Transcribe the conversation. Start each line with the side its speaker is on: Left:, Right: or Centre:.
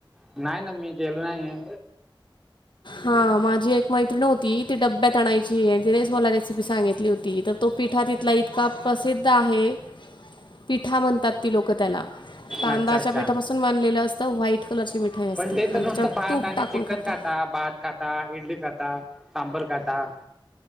Centre: नाही ना मी गेलो नाहीय.
Left: हा माझी एक मैत्रीिण होती ती डब्यात आणायची आणि तिनेच मला रेसिपी सांगितली होती तर तो पिठा त त्यातला इतका प्रसिद्ध आहे पिठा म्हणतात ती लोक त्याला तांदाच्या
Centre: अच्छा अच्छा
Left: पीठापासून बांधलेलं असतं व्हाईट कलरची मिठाई असते
Centre: पण ते तर
Left: आणि
Centre: नुसतं
Left: त्याच्यावर
Centre: भात
Left: तूप
Centre: आणि
Left: टाकून
Centre: चिकन
Left: खातात.
Centre: खाता भात खाता खाता इडली खाता सांबर खाता